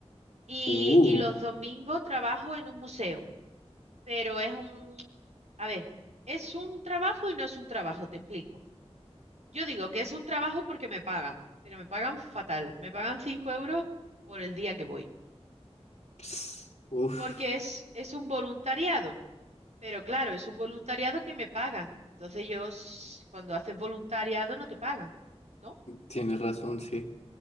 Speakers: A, on the right; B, on the left.
A: y,
B: Uh.
A: y los domingos trabajo en un museo, pero es un, a ver, es un trabajo y no es un trabajo, te explico. Yo digo que es un trabajo porque me pagan, pero me pagan fatal, me pagan 5 euros por el día que voy,
B: Ps, Uf.
A: porque es, es un voluntariado. Pero claro, es un voluntariado que me pagan. Entonces yo, s- cuando haces voluntariado, no te pagan, ¿no?
B: Tienes razón, sí.